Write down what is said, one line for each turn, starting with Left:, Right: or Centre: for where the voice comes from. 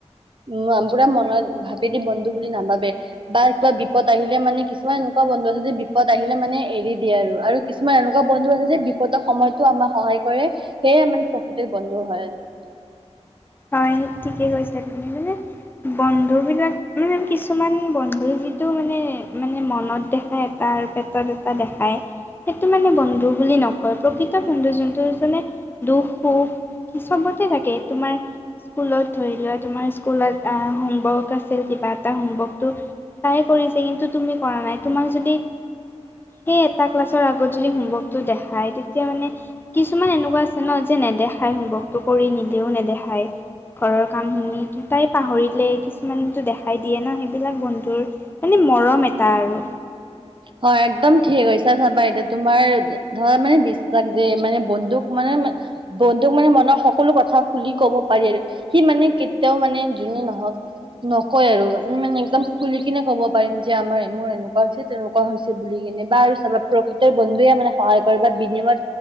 Right: উ পুৰা মনত ভাবেদি বন্ধু বুলি নাভাবে বা কিবা বিপদ আহিলে মানে কিছুমান এনেকুৱা বন্ধু আছে যে বিপদ আহিলে মানে এৰি দিয়ে আৰু কিছুমান এনেকুৱা বন্ধু আছে যে বিপদৰ সময়তো আমাক সহায় কৰে। সেয়ে মানে প্ৰকৃতিত বন্ধু হয় আৰু। <inaudible>
Left: হয় ঠিকে কৈছা তুমি। মানে বন বন্ধু বিলাক ও কিছুমান বন্ধু যিটো মানে মানে মনত দেখায় এটা আৰু পেটত টা দেখায়। সেইটো মানে বন্ধু বুলি নকয়। প্ৰকৃত বন্ধু যোনটো যোনে দুখ সুখ কি চবতে থাকে। তোমাৰ স্কুলত ধৰি লোৱা তোমাৰ স্কুলত আ হোমৱৰ্ক আছিল কিবা এটা। হোমৱৰ্কটো তাই কৰিছে কিন্তু তুমি কৰা নাই। তোমাক যদি সেই এটা ক্লাছৰ আগত যদি হোমৱৰ্কটো দেখায় তেতিয়া মানে কিছুমান এনেকুৱা আছে ন যে নেদেখায়, হোমৱৰ্কটো কৰি নিলেও নেদেখায়। ঘৰৰ কামখিনি তাই পাহৰিলে কিছুমানেটো দেখাই দিয়ে ন। সেইবিলাক বন্ধুৰ মানে মৰম এটা আৰু।
Right: হয় একদম ঠিকে কৈছা। চাবা এতিয়া তোমাৰ ধৰা মানে বিশ্বাস যে মানে বন্দুক মানে বন্ধুক মানে মনৰ সকলো কথা খুলি ক'ব পাৰি আৰু। সি মানে কেতিয়াও মানে যোনে নহক নকয় আৰু একদম খুলি কিনে ক'ব পাৰিম যে আমাৰ মোৰ এনেকুৱা হৈছে তেনেকুৱা হৈছে বুলি কিনে বা আৰু চাবা প্ৰকৃতৰ বন্ধুৱে মানে সহায় কৰে বা বিনিমত